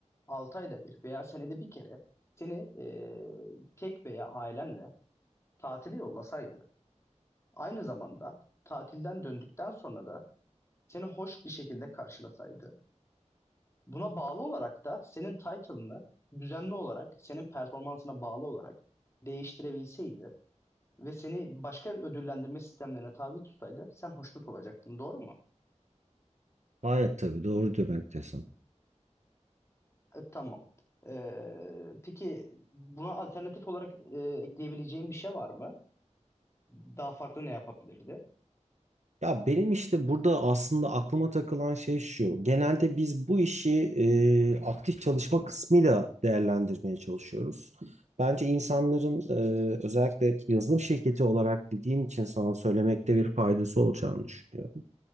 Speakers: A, on the left; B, on the right.
A: Altı ayda bir veya senede bir kere seni e, tek veya ailenle tatile yollasaydı, aynı zamanda tatilden döndükten sonra da seni hoş bir şekilde karşılasaydı, buna bağlı olarak da senin title'ını düzenli olarak, senin performansına bağlı olarak değiştirebilseydi ve seni başka bir ödüllendirme sistemlerine tabi tutsaydı sen hoşnut olacaktın, doğru mu?
B: Gayet tabii doğru demektesin.
A: E, tamam. E, peki buna alternatif olarak e, ekleyebileceğin bir şey var mı? Daha farklı ne yapabilirdi?
B: Ya benim işte burada aslında aklıma takılan şey şu. Genelde biz bu işi e, aktif çalışma kısmıyla değerlendirmeye çalışıyoruz. Bence insanların e, özellikle yazılım şirketi olarak bildiğin için sana söylemekte bir faydası olacağını düşünüyorum.